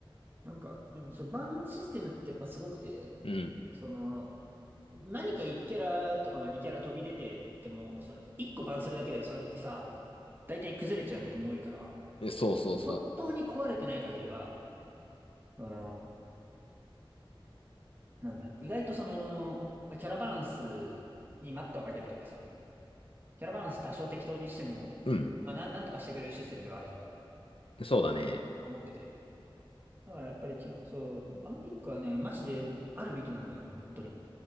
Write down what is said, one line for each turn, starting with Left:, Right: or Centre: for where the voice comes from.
Right: なんか、うんそう、バンシステムってやっぱすごくて、
Left: う。うん。
Right: その、何か1キャラとかまあ2キャラ飛び出てても、その1個バンするだけでそれってさ、大体崩れちゃうことも多いから、
Left: えそうそうそ
Right: 本当に壊れてない限りは、その、なんだ、意外とその、まあ、キャラバランスに待ったをかけるというかさ、キャラバランス多少適当にしても、
Left: う。うん。
Right: まあなん、なんとかしてくれるシステムではあるじゃん。と
Left: そうだね。
Right: 思ってて。だからやっぱりキャラ、そう、バンピックはね、マジであるべきなんだよね、本当に。